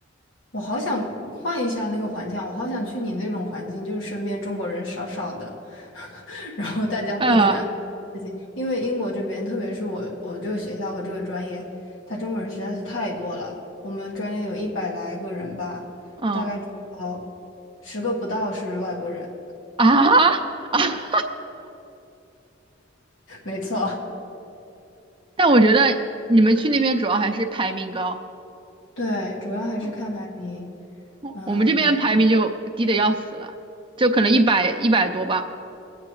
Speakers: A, on the left; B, on the right.
A: 我好想换一下那个环境啊我好想去你那种环境，就是身边中国人少少的，<laughs> 然后大家各自干自己。
B: 嗯，
A: 因为英国这边，特别是我我这个学校和这个专业，他中国人实在是太多了。我们专业有一百来个人吧，
B: 呃，
A: 大概只有
B: 嗯
A: 十个不到是外国人。
B: 啊啊，<laughs>
A: <laughs> 没错，
B: 但我觉得你们去那边主要还是排名高，
A: <laughs> 对，主要还是看排名。
B: 嗯我我们这边排名就低的要死了，
A: 嗯
B: 就可能一百一百多吧。